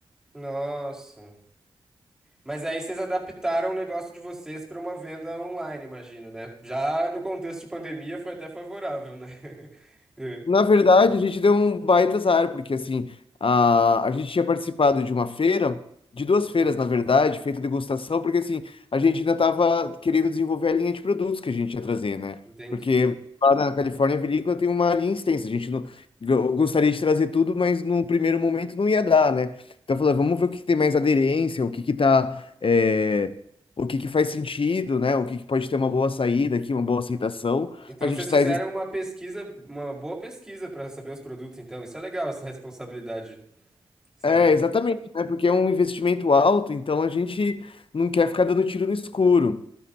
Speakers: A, in the centre; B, on the left (about 60°).
A: Nossa. Mas aí vocês adaptaram o negócio de vocês para uma venda online, imagino, né? Já no contexto de pandemia foi até favorável, né? <laughs> É,
B: Na verdade, a gente deu um baita azar, porque assim, a, a gente tinha participado de uma feira, de duas feiras, na verdade, feito degustação, porque assim, a gente ainda estava querendo desenvolver a linha de produtos que a gente ia trazer, né?
A: Entendi.
B: Porque lá na Califórnia, a vinícola tem uma linha extensa, a gente não, eu gostaria de trazer tudo, mas no primeiro momento não ia dar, né? Então, falou, vamos ver o que tem mais aderência, o que que tá, é, o que que faz sentido, né? O que que pode ter uma boa saída aqui, uma boa aceitação.
A: Então
B: A gente
A: vocês
B: traz
A: fizeram uma pesquisa, uma boa pesquisa para saber os produtos, então. Isso é legal, essa responsabilidade, saber
B: É,
A: que.
B: exatamente, né? Porque é um investimento alto, então a gente não quer ficar dando tiro no escuro.